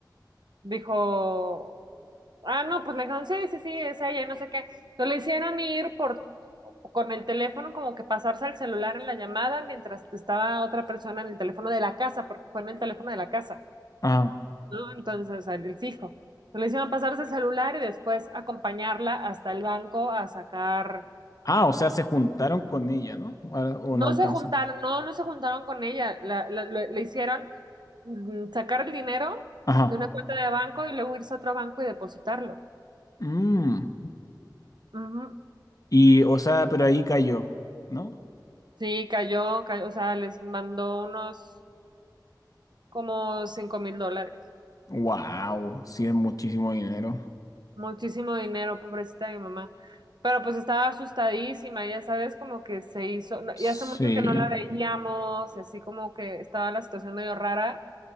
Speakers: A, on the right; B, on the left.
A: dijo, ah, no, pues le dijeron, sí, sí, sí, es ella, y no sé qué. Entonces le hicieron ir por, con el teléfono, como que pasarse al celular en la llamada mientras estaba otra persona en el teléfono de la casa, porque fue en el teléfono de la casa,
B: Ajá.
A: ¿no? Entonces, al- el fijo. Entonces, Le hicieron pasarse el celular y después acompañarla hasta el banco a sacar.
B: Ah, o sea, se juntaron con ella, ¿no? O o
A: No
B: no alcanza.
A: se juntaron, no, no se juntaron con ella. La, la- le le hicieron mm, sacar el dinero
B: Ajá.
A: de una cuenta de banco y luego irse a otro banco y depositarlo.
B: Mm.
A: Ujú.
B: Y, o sea, pero ahí cayó, ¿no?
A: Sí, cayó, cayó, o sea, les mandó unos como cinco mil dólares.
B: Wow, sí es muchísimo dinero.
A: Muchísimo dinero, pobrecita de mi mamá. Pero pues estaba asustadísima, ya sabes, como que se hizo, no,
B: Sí,
A: y hace mucho que no la veíamos, y así como que estaba la situación medio rara.